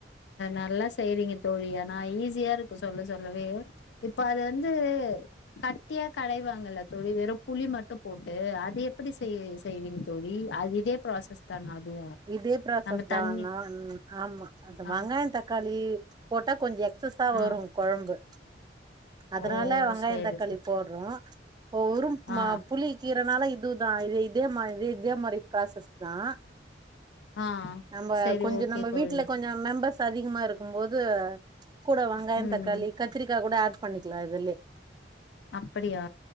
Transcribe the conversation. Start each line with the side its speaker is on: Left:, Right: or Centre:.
Left: நல்லா செய்றீங்க தோழி ஆனா ஈஸியா இருக்கு சொல்ல சொல்லவே இப்போ அது வந்து கட் டியா கடைவாங்கல்ல தோழி வெறும் புளி மட்டு போட்டு அது எப்டி செய் செய்வீங்க தோழி அது இதே ப்ராசஸ்தான அதுவு
Right: இதே ப்ராசஸ்
Left: நம்ம
Right: தா
Left: தண்ணி
Right: ஆனா ஆமா அந்த வெங்காயோ
Left: ஆ
Right: தக்காளி போட்டா கொஞ்ச எக்ஸ் சஸ்ஸா
Left: ஆ
Right: வரு கொழம்பு அதனால
Left: ஓ
Right: வெங்காயோ
Left: சேரி
Right: தக்காளி
Left: சேரி
Right: போட் ரு ஒரும்
Left: ஆ
Right: மா புளி கீரனாளே இதுவுதா இதே மாரி இதே மாரி ப்ராசஸ் தா
Left: ஆ
Right: நம்ம
Left: சேரி
Right: கொஞ்ச
Left: ஓகே
Right: நம்ம
Left: தோழி
Right: வீட்டுல கொஞ்ச மெம்பர்ஸ் அதிகமா இருக்கும் போது கூட வெங்காய
Left: ம்
Right: தக்காளி கத்திரிக்காய் கூட ஆட் பண்ணிக்கலா இதுல்யே
Left: அப்டியா